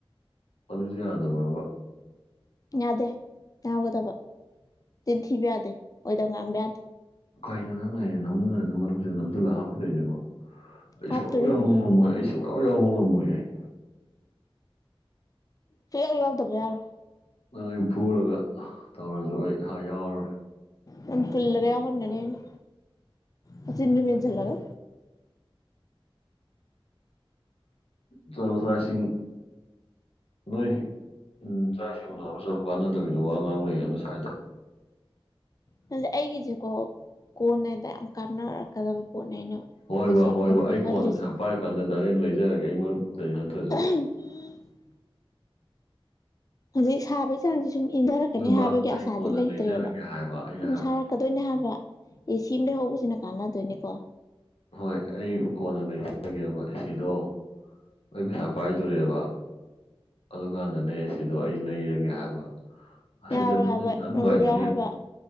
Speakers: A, on the left (about 85°); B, on the left (about 40°).
A: ꯑꯗꯨꯖꯨ ꯌꯥꯗꯕ꯭ꯔꯥꯕ
B: ꯌꯥꯗꯦ ꯌꯥꯎꯒꯗꯕ ꯇꯤꯟꯊꯤꯕ ꯌꯥꯗꯦ ꯑꯣꯏꯗ ꯉꯥꯡꯕ ꯌꯥꯗꯦ
A: ꯀꯩꯅꯣ ꯅꯪꯅ <unintelligible> ꯃꯔꯨꯝꯁꯤ ꯅꯝꯖꯜꯂꯒ ꯍꯥꯞꯈꯤ ꯇꯩꯖꯤꯕꯨ ꯑꯩ
B: ꯍꯥꯞꯇꯣꯔꯤꯕꯅꯤ
A: ꯁꯨꯡꯌꯥꯎ ꯌꯥꯎꯕ ꯉꯝꯃꯣꯏ ꯑꯩ ꯁꯨꯡꯌꯥꯎ ꯌꯥꯎꯕ ꯉꯝꯃꯣꯏ ꯑꯩ
B: ꯁꯨꯡꯌꯥꯎ ꯌꯥꯎꯗꯕ ꯌꯥꯔꯣꯏ
A: ꯅꯪꯅ ꯑꯩ ꯐꯨꯔꯒꯥ ꯑꯥ ꯇꯧꯔꯖꯨ ꯑꯩ ꯍꯥ ꯌꯥꯎꯔꯔꯣꯏ
B: ꯅꯪ ꯄꯨꯜꯂꯒꯥ ꯌꯥꯎꯍꯟꯒꯥꯅꯤ ꯑꯩꯅ ꯅꯆꯤꯟꯗꯨ ꯃꯦꯟꯖꯤꯜꯂꯒ
A: ꯆꯂꯣ ꯆꯥ ꯏꯁꯤꯡ ꯅꯣꯏ ꯎꯝ ꯆꯥꯛ ꯏꯁꯤꯡ ꯎꯅꯔꯣ ꯆꯠꯂꯨ ꯀꯥꯟꯅꯗꯕꯤꯗ ꯋꯥ ꯉꯥꯡ ꯂꯩꯔꯥꯅꯨ ꯁ꯭ꯋꯥꯏꯗ
B: ꯅꯪꯖꯦ ꯑꯩꯒꯤꯖꯦꯀꯣ ꯀꯣꯟꯅꯗ ꯌꯥꯝ ꯀꯥꯟꯅꯔꯛꯀꯥꯗꯕ ꯄꯣꯠꯅꯦ ꯑꯩꯅ
A: ꯍꯣꯏꯕꯥ
B: ꯍꯧꯖꯤꯛ
A: ꯍꯣꯏꯕꯥ
B: ꯍꯧꯒꯦ
A: ꯑꯩ
B: ꯈꯜꯂꯤꯁꯦ
A: ꯀꯣꯟꯅ ꯅꯨꯡꯁꯥ ꯄꯥꯏꯔ ꯀꯥꯟꯗ ꯗꯥꯏꯔꯦꯛ ꯂꯩꯖꯥꯔꯒꯦ ꯑꯩ ꯃꯔꯨꯞꯇꯩ ꯅꯠꯇ꯭ꯔꯥꯖꯨ
B: <unintelligible> ꯍꯧꯖꯤꯛ ꯁꯥꯕꯒꯤ ꯆꯥꯡꯁꯤ ꯁꯨꯝ ꯏꯟꯗꯥꯔꯛꯀꯥꯅꯤ
A: ꯍꯣꯏ ꯕꯥ
B: ꯍꯥꯏꯕꯒꯤ
A: ꯑꯩ
B: ꯑꯁꯥꯗꯤ
A: ꯀꯣꯟꯅ
B: ꯂꯩꯇ꯭ꯔꯦꯕ
A: ꯂꯩꯖꯔꯒꯦ ꯍꯥꯏꯕ ꯑꯩꯅ
B: ꯁꯨꯝ
A: ꯍꯥꯏꯕꯗꯤ
B: ꯁꯥꯔ ꯀꯥꯗꯣꯏꯅꯦ ꯍꯥꯏꯕ ꯑꯦ ꯁꯤ ꯑꯃ ꯂꯩꯍꯧꯕꯁꯤꯅ ꯀꯥꯟꯅꯗꯣꯏꯅꯦꯀꯣ
A: ꯍꯣꯏ ꯑꯩ ꯀꯣꯟꯅ ꯂꯩꯖꯔꯒꯦꯕ ꯑꯦꯁꯤꯗꯣ ꯑꯩ ꯄꯩꯁꯥ ꯄꯥꯏꯗꯣꯔꯦꯕ ꯑꯗꯨꯀꯥꯟꯗꯅꯦ ꯑꯦꯁꯤꯗꯣ ꯑꯩ ꯂꯩꯔꯒꯦ ꯍꯥꯏꯕ ꯑꯁꯤꯗ
B: ꯌꯥꯔꯣꯏ
A: ꯅꯪꯅ
B: ꯍꯥꯏꯕ
A: ꯌꯥꯝ
B: ꯃꯔꯨꯞ
A: ꯅꯨꯡꯉꯥꯏꯇ꯭ꯔꯤꯁꯦ
B: ꯌꯥꯎ ꯍꯥꯏꯕ